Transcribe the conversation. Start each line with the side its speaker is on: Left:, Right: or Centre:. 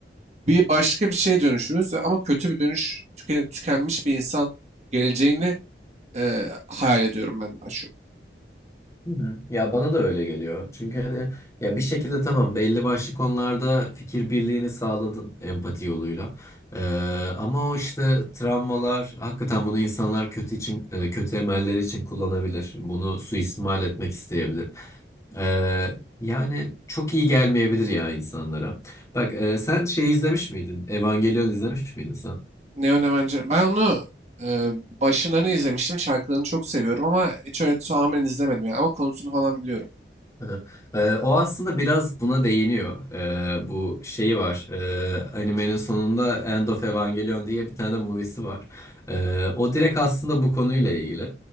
Right: bir başka bir şeye dönüşürüz ama kötü bir dönüş, tüke- tükenmiş bir insan geleceğini e, hayal ediyorum ben daha çok.
Left: hı. Ya bana da öyle geliyor. Çünkü hani ya bir şekilde tamam belli başlı konularda fikir birliğini sağladın empati yoluyla. Eee, ama o işte travmalar hakikaten bunu insanlar kötü için e, kötü emeller için kullanabilir. Bunu suistimal etmek isteyebilir. Ee, yani çok iyi gelmeyebilir ya insanlara. Bak e, sen şey izlemiş miydin? Evangelion izlemiş miydin sen?
Right: Neonemenci. Ben onu e, başlarını izlemiştim. Şarkılarını çok seviyorum ama hiç öyle tamamen izlemedim. Yani. Ama konusunu falan biliyorum.
Left: Hı. Ee, e, o aslında biraz buna değiniyor. Ee, bu şeyi var. Ee, animenin sonunda End of Evangelion diye bir tane de movie'si var. Ee, o direkt aslında bu konuyla ilgili.